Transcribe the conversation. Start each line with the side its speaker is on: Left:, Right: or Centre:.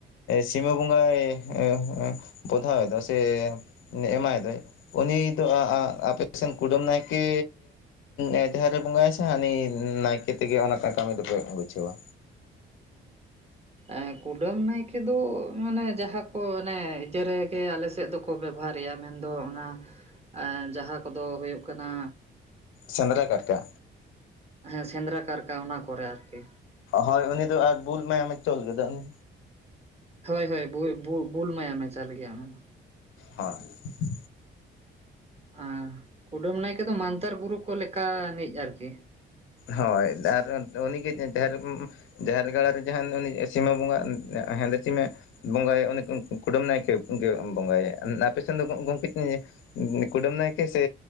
Left: ᱥᱤᱢᱟᱹ ᱵᱚᱸᱜᱟᱭ ᱦᱮᱸ ᱦᱮᱸ ᱵᱚᱫᱷᱟᱣ ᱫᱚ ᱥᱮ ᱮᱢᱟᱭ ᱫᱚᱭ ᱩᱱᱤ ᱫᱚ ᱟ ᱟᱯᱮᱥᱮᱱ ᱠᱩᱰᱟᱹᱢ ᱱᱟᱭᱠᱮ ᱮ ᱡᱟᱦᱮᱨ ᱨᱮ ᱵᱚᱸᱜᱟᱭ ᱥᱮ᱾ ᱦᱟᱱᱤ ᱱᱟᱭᱠᱮ ᱛᱮᱜᱮ ᱚᱱᱟ ᱠᱟᱹᱢᱤ ᱫᱚᱯᱮ ᱵᱩᱡᱷᱟᱹᱣᱟ᱾
Right: ᱮ ᱠᱩᱰᱟᱹᱢ ᱱᱟᱭᱠᱮ ᱫᱚ ᱢᱟᱱᱮ ᱡᱟᱦᱟᱸ ᱠᱚ ᱚᱱᱮ ᱤᱭᱟᱹ ᱨᱮᱜᱮ ᱟᱞᱮ ᱥᱮᱫ ᱫᱚ ᱠᱚ ᱵᱮᱵᱦᱟᱨᱮᱭᱟ ᱢᱮᱱᱫᱚ ᱚᱱᱟ ᱡᱟᱦᱟᱸ ᱠᱚᱫᱚ ᱦᱩᱭᱩᱜ ᱠᱟᱱᱟ,
Left: ᱥᱮᱸᱫᱽᱨᱟ ᱠᱟᱨᱠᱟ
Right: ᱦᱮᱸ ᱥᱮᱸᱫᱽᱨᱟ ᱠᱟᱨᱠᱟ ᱚᱱᱟ ᱠᱚᱨᱮ ᱟᱨᱠᱤ
Left: ᱦᱳᱭ ᱩᱱᱤ ᱫᱚ ᱟᱨ ᱵᱩᱞ ᱢᱟᱭᱟᱢᱮ ᱪᱚᱞ ᱠᱮᱫᱚ ᱩᱱᱤ
Right: ᱦᱳᱭ ᱦᱳᱭ ᱵᱩᱭ ᱵᱩ ᱵᱩᱞ ᱢᱟᱭᱟᱢ ᱢᱮ ᱪᱟᱞ ᱜᱮᱭᱟ ᱚᱱᱟ ᱫᱚ
Left: ᱦᱮᱸ <inaudible>
Right: ᱦᱟᱸ ᱠᱩᱰᱟᱹᱢ ᱱᱟᱭᱠᱮ ᱫᱚ ᱢᱟᱱᱛᱟᱨ ᱜᱩᱨᱩ ᱠᱚ ᱞᱮᱠᱟ ᱱᱤᱡ ᱟᱨᱠᱤ
Left: ᱦᱳᱭ ᱟᱨ ᱩᱱᱤᱜᱮ ᱡᱟᱦᱮᱨ ᱨᱮᱵᱚ ᱡᱟᱦᱮᱨ ᱜᱟᱲ ᱨᱮ ᱡᱟᱦᱟᱱ ᱥᱤᱢᱟ ᱵᱚᱸᱜᱟ ᱦᱮᱸᱫᱮ ᱥᱤᱢᱮ ᱵᱚᱸᱜᱟᱭᱮ ᱩᱱᱤ ᱠᱩᱰᱩᱢ ᱱᱟᱭᱠᱮ ᱜᱮ ᱵᱚᱸᱜᱟᱭᱟ ᱟᱯᱮ ᱥᱮᱱ ᱫᱚ ᱜᱚᱢᱠᱮ ᱠᱩᱰᱟᱹᱢ ᱱᱟᱭᱠᱮ ᱥᱮ